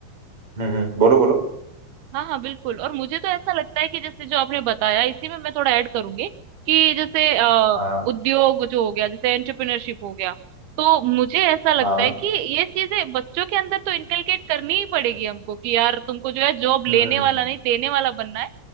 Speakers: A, on the right; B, on the right.
A: हम्म हम्म बोलो बोलो
B: हाँ हाँ बिल्कुल और मुझे तो ऐसा लगता है कि जैसे जो आपने बताया इसी में मैं थोड़ा ऐड करूंगी कि जैसे अ,
A: हाँ
B: उद्योग जो हो गया जैसे एंटरप्रेन्योरशिप हो गया तो मुझे ऐसा लगता
A: हाँ
B: है कि ये चीजें बच्चों के अंदर तो इनकलकेट करनी ही पड़ेगी हमको कि यार तुमको जो है जॉब लेने
A: हम्म हम्म,
B: वाला नहीं देने वाला बनना है